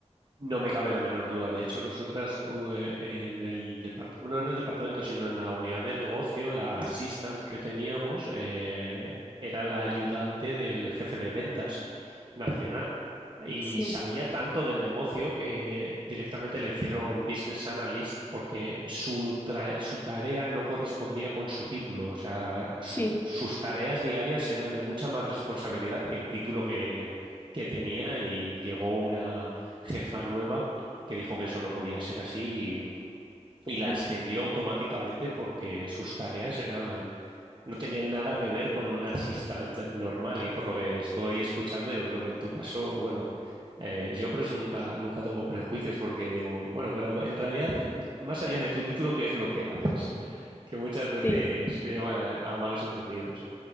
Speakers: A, on the right (about 40°); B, on the left (about 15°).
A: No me cabe la menor duda. De hecho, nosotras u- eh, en el departamento, no en el departamento, sino en la unidad de negocio, la assistant que teníamos eh, era la ayudante del jefe de ventas nacional y
B: Sí,
A: sabía tanto del negocio que directamente la hicieron business analyst porque su, tra- su tarea no correspondía con su título. O sea, su-
B: sí,
A: sus tareas diarias eran de mucha más responsabilidad que el título que, que tenía y llegó una jefa nueva que dijo que eso no podía ser así y, y la
B: mm,
A: ascendió automáticamente porque sus tareas eran, no tenían nada que ver con un assistant normal y por lo que estoy escuchando, yo creo que en tu caso, bueno, eh, yo por eso nunca, nunca tengo prejuicios porque digo, bueno, pero en realidad, <laughs> más allá de tu título, ¿qué es lo que haces? <laughs> Que muchas veces
B: sí.
A: se llevan a, a malos entendidos.